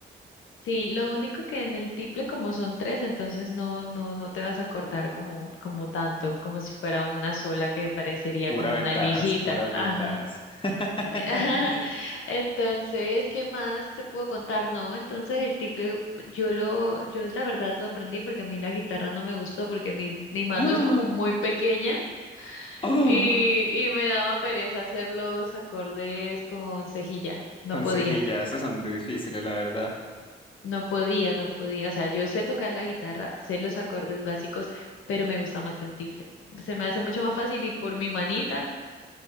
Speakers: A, on the left (about 70°); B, on the left (about 25°).
A: Sí, lo único que en el tiple como son tres, entonces no, no, no te vas a cortar como, como tanto, como si fuera una sola que parecería
B: Pura
A: como
B: ventajas,
A: una lijita.
B: puras
A: Ajá.
B: ventajas. <laughs>
A: <laughs> Ajá. Entonces, ¿qué más te puedo contar? No, entonces el tiple, yo lo, yo la verdad lo aprendí porque a mí la guitarra no me gustó porque mi, mi mano
B: ¡Ah!
A: es como muy pequeña
B: ¡Ah!
A: y, y me daba pereza hacer los acordes con cejilla. No
B: Consejillas,
A: podía.
B: esas son difíciles, la verdad.
A: No podía, no podía. O sea, yo sé tocar la guitarra, sé los acordes básicos, pero me gusta más el tiple. Se me hace mucho más fácil y por mi manita,